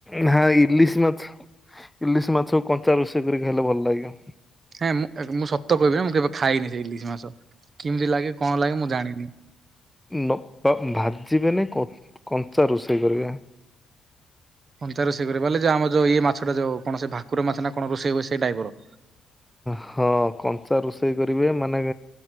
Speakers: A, in the centre; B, on the right.
A: ନା ଇଲିଶ ମାଛ ଇଲିଶ ମାଛ କଞ୍ଚା ରୋଷେଇ କରି ଖାଇଲେ ଭଲ ଲାଗେ।
B: ହେଁ ମୁଁ ମୁଁ ସତ କହିବି ମୁଁ କେବେ ଖାଇନି ସେଇ ଇଲିଶି ମାସ କେମିତି ଲାଗେ କଣ ଲାଗେ ମୁଁ ଜାଣିନି।
A: ବ ବ ଭାଜିବେନି କଞ୍ଚା ରୋଷେଇ କରିବେ।
B: କଞ୍ଚା ରୋଷେଇ କରିପାରଲେ ଯେ ଆମ ଯଉ ଇଏ ମାଛଟା ଯୋଉ କଣସି ଭାକୁର ମାଛ ନା କଣ ରୋଷେଇ ହୁଏ ସେଇ ଟାଇପର।
A: ହଁ କଞ୍ଚା ରୋଷେଇ କରିବେ ମାନେ